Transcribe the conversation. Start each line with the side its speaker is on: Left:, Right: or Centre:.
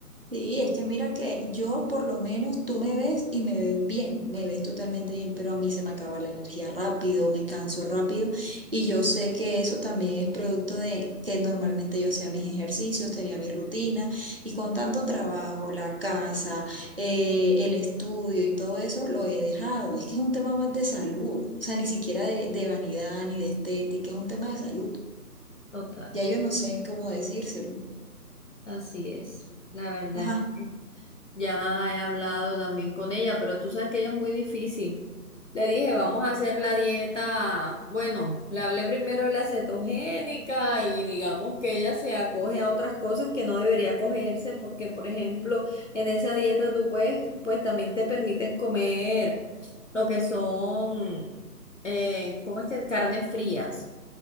Right: Sí, es que mira que yo por lo menos tú me ves y me ves bien, me ves totalmente bien, pero a mí se me acaba la energía rápido, me canso rápido y yo sé que eso también es producto de que normalmente yo hacía mis ejercicios, tenía mi rutina y con tanto trabajo, la casa, eh, el estudio y todo eso lo he dejado. Es que es un tema más de salud, o sea, ni siquiera de, de vanidad ni de estética, es un tema de salud.
Left: total.
Right: Ya yo no sé cómo decírselo.
Left: Así es, la verdad.
Right: Ajá.
Left: Ya he hablado también con ella, pero tú sabes que ella es muy difícil. Le dije, vamos a hacer la dieta. Bueno, le hablé primero de la cetogénica y digamos que ella se acoge a otras cosas que no debería acogerse porque, por ejemplo, en esa dieta tú puedes, pues también te permiten comer lo que son, eh, ¿cómo es que? Carnes frías.